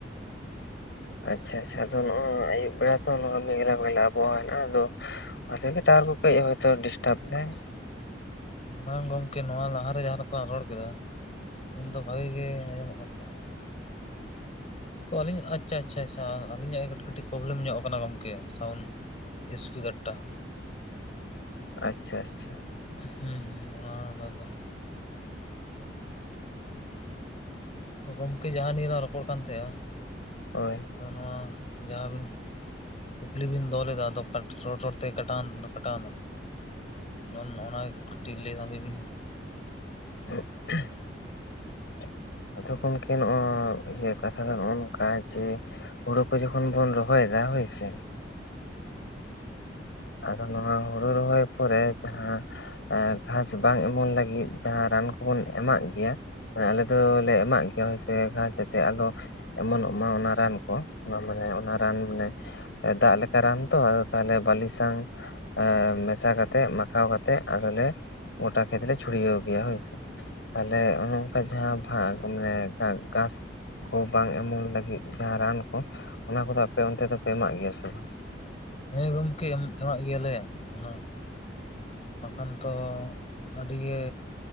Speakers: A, on the left; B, on the left.
A: <inaudible> ᱟᱪᱪᱷᱟ ᱟᱪᱪᱷᱟ ᱟᱫᱚ ᱱᱚᱜᱼᱚᱭ ᱟᱹᱭᱩᱵ ᱵᱮᱲᱟ ᱛᱚ ᱱᱚᱣᱟ ᱢᱮᱜᱷᱞᱟ ᱵᱮᱜᱷᱞᱟ ᱟᱵᱚᱣᱟᱜ ᱦᱮᱱᱟᱜᱼᱟ ᱟᱫᱚ, ᱚᱱᱟ ᱛᱮᱜᱮ ᱴᱟᱣᱟᱨ ᱠᱚ ᱠᱟᱹᱡ ᱮ ᱦᱚᱭᱛᱚ ᱰᱤᱥᱴᱟᱵ ᱫᱟᱭ᱾
B: ᱢᱟᱝ ᱜᱚᱝᱠᱮ ᱱᱚᱣᱟ ᱞᱟᱦᱟᱨᱮ ᱡᱟᱦᱟᱸ ᱞᱮᱠᱟᱢ ᱨᱚᱲ ᱠᱮᱫᱟ ᱩᱱ ᱫᱚ ᱵᱷᱟᱜᱤ ᱜᱮ ᱟᱸᱡᱚᱢᱚᱜ ᱠᱟᱱ ᱛᱟᱦᱮᱸᱜᱼᱟ᱾ ᱛᱚ ᱟᱹᱞᱤᱧ ᱟᱡ ᱟᱪᱪᱷᱟ ᱟᱪᱪᱷᱟ ᱟᱪᱪᱷᱟ ᱟᱹᱞᱤᱧᱟᱜᱮ ᱠᱟᱹᱴᱤᱜ ᱯᱨᱚᱵᱞᱮᱢ ᱧᱚᱜ ᱟᱠᱟᱱᱟ ᱜᱚᱢᱠᱮ ᱥᱟᱣᱩᱱᱰ ᱤᱥᱯᱤᱠᱟᱨ ᱴᱟᱜ᱾
A: ᱟᱪᱪᱷᱟ ᱟᱪᱪᱷᱟ᱾
B: ᱦᱮᱸ ᱦᱮᱸ, ᱚᱱᱟ ᱫᱟᱫᱟ ᱛᱚ ᱜᱚᱢᱠᱮ ᱡᱟᱦᱟᱸ ᱱᱤᱭᱮ ᱞᱟᱝ ᱨᱚᱯᱚᱲ ᱠᱟᱱ ᱛᱟᱦᱮᱜᱼᱟ᱾
A: ᱦᱳᱭ᱾
B: ᱛᱚ ᱱᱚᱣᱟ ᱡᱟᱦᱟᱸᱵᱤᱱ ᱠᱩᱠᱞᱤ ᱵᱤᱱ ᱫᱚᱦᱚ ᱞᱮᱫᱟ ᱟᱫᱚᱼᱼ ᱨᱚᱲ ᱨᱚᱲᱛᱮ ᱠᱟᱴᱟᱣ ᱠᱟᱴᱟᱣᱱᱟ ᱱᱚᱜ ᱱᱚᱣᱟ ᱜᱮ ᱠᱟᱹᱴᱤᱡ ᱞᱟᱹᱭ ᱥᱟᱸᱫᱷᱮ ᱵᱤᱱᱼᱼ
A: <unintelligible> ᱛᱚ ᱛᱚᱠᱷᱚᱱ ᱠᱤ ᱱᱚᱜ ᱤᱭᱟᱹ ᱠᱟᱛᱷᱟ ᱫᱚ ᱱᱚᱜᱚ ᱱᱚᱝᱠᱟ ᱡᱮᱼᱼ ᱦᱩᱲᱳ ᱠᱚ ᱡᱚᱠᱷᱚᱱ ᱵᱚᱱ ᱨᱚᱦᱚᱭᱮᱫᱟ ᱦᱳᱭᱥᱮᱼᱼ ᱟᱫᱚ ᱱᱚᱣᱟ ᱦᱩᱲᱩ ᱨᱚᱦᱚᱭ ᱯᱚᱨᱮ ᱡᱟᱦᱟᱸᱼᱼ ᱜᱷᱟᱸᱥ ᱵᱟᱝ ᱮᱢᱚᱱ ᱞᱟᱹᱜᱤᱫ ᱡᱟᱦᱟ ᱨᱟᱱ ᱠᱚᱵᱚᱱ ᱮᱢᱟᱜ ᱜᱮᱭᱟ᱾ ᱟᱞᱮ ᱫᱚᱞᱮ ᱮᱢᱟᱜ ᱜᱮᱭᱟ ᱦᱳᱭᱥᱮ ᱜᱷᱟᱥ ᱡᱟᱛᱮ ᱟᱞᱚ ᱮᱢᱚᱱᱚᱜ ᱢᱟ ᱚᱱᱟᱼᱼ ᱨᱟᱱ ᱠᱚ ᱢᱟᱱᱮ ᱚᱱᱟ ᱨᱟᱱ ᱢᱟᱱᱮ ᱫᱟᱜ ᱞᱮᱠᱟ ᱨᱟᱱ ᱛᱚ ᱛᱟᱦᱚᱞᱮ ᱵᱟᱞᱤᱼᱼ ᱥᱟᱝ ᱮᱸ ᱢᱮᱥᱟ ᱠᱟᱛᱮᱜ ᱢᱟᱠᱷᱟᱣ ᱠᱟᱛᱮᱜ ᱟᱫᱚᱞᱮᱼᱼ ᱜᱚᱴᱟ ᱠᱷᱮᱛ ᱞᱮ ᱪᱷᱩᱲᱤᱭᱟ. ᱣ ᱜᱮᱭᱟ ᱦᱳᱭ᱾ ᱛᱟᱦᱚᱞᱮ ᱚᱱᱮ ᱚᱱᱠᱟ ᱡᱟᱦᱟ <unintelligible> ᱢᱟᱱᱮ ᱜᱷᱟᱥᱼᱼ ᱠᱚ ᱵᱟᱝ ᱮᱢᱚᱱ ᱞᱟᱹᱜᱤᱫ ᱡᱟᱦᱟᱸ ᱨᱟᱱ ᱠᱚ ᱚᱱᱟ ᱠᱚᱫᱚ ᱟᱯᱮ ᱚᱱᱛᱮ ᱫᱚᱯᱮ ᱮᱢᱟᱜ ᱜᱮᱭᱟ ᱥᱮ ᱵᱟᱝ?
B: ᱦᱮᱸ ᱜᱚᱢᱠᱮ ᱮᱢᱟᱜ ᱜᱮᱭᱟᱞᱮ ᱚᱱᱟᱼᱼ ᱵᱟᱠᱷᱟᱱ ᱛᱚ ᱟᱹᱰᱤ ᱜᱮ